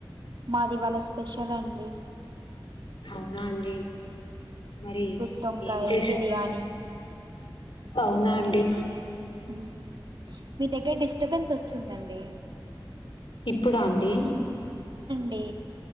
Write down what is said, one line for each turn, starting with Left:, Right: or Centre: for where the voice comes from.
Right: మాది ఇవాళ స్పెషల్ అండి
Left: అవునా అండి మరి
Right: గుత్తొంకాయ
Left: ఏం చేసు
Right: బిర్యానీ
Left: అవునా అండి
Right: ఊ మీ దగ్గర డిస్టర్బెన్స్ వచ్చిందండి
Left: ఇప్పుడా అండి
Right: అండి